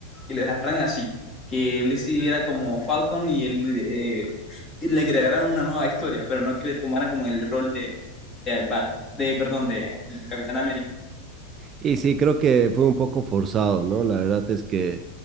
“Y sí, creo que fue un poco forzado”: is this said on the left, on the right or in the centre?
Right